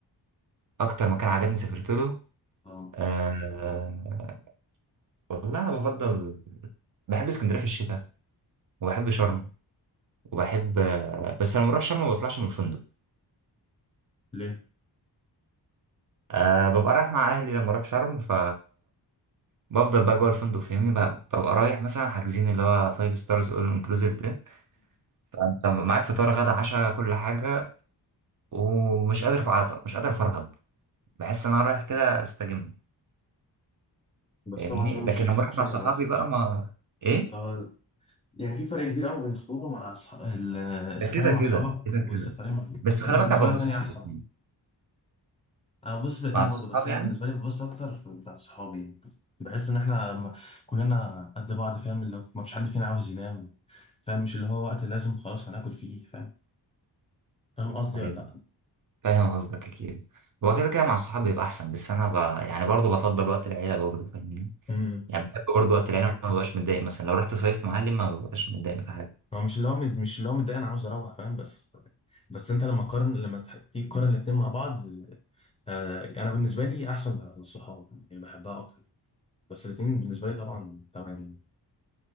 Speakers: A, on the right; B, on the left.
A: اكتر مكان عجبني سافرت له
B: اه
A: آه والله انا بفضل بحب اسكندريه في الشتاء وبحب شرم وبحب بس لما بروح شرم ما بطلعش من الفندق
B: ليه؟
A: أه ببقى رايح مع اهلي لما اروح شرم ف بفضل بقى جوه الفندق فاهمني ببقى, ببقى رايح مثلا حاجزين اللي هو فايف ستارز اول انكلوسيف ده فانت معاك فطار غدا عشاء كل حاجه ومش قادر فع- مش قادر افرهد بحس ان انا رايح كده استجم
B: بس
A: فاهمني
B: طبعا شرم
A: لكن
B: الشيخ
A: لما اروح
B: شتاء
A: مع صحابي
B: بس
A: بقى ما ايه
B: اه يعني في فرق كبير قوي بين الخروج مع اصحاب ال- السفرية
A: ده كده
B: مع
A: كده
B: اصحابك
A: كده كده
B: والسفرية مع
A: بس
B: انت
A: خلي
B: بالنسبة
A: بالك انا ببسط
B: لك انهي احسن
A: في الاتنين.
B: انا ببص الاتنين
A: مع الصحاب
B: برضو بس انا
A: يعني
B: بالنسبة لي ببص اكتر في بتاعت صحابي يعني. بحس ان احنا م- كلنا قد بعض فاهم اللي هو ما فيش حد فينا عاوز ينام فاهم مش اللي هو وقت لازم خلاص هناكل فيه فاهم فاهم قصدي
A: هيبقى-
B: ولا لا
A: فاهم قصدك اكيد هو كده كده مع الصحاب بيبقى احسن بس انا ب... يعني برضه بفضل وقت العيله برضه فاهمني
B: امم
A: يعني بحب برضه وقت العيلة ما ببقاش متضايق مثلا لو رحت صيفت مع أهلي ما ببقاش متضايق في حاجة
B: هو مش اللي هو مد- مش اللي هو متضايق انا عاوز اروح فاهم بس بس انت لما قارن لما تح- تيجي تقارن الاتنين مع بعض آه، انا بالنسبه لي احسن بتاعت الصحاب يعني بحبها اكتر بس الاثنين بالنسبه لي طبعا تمام يعني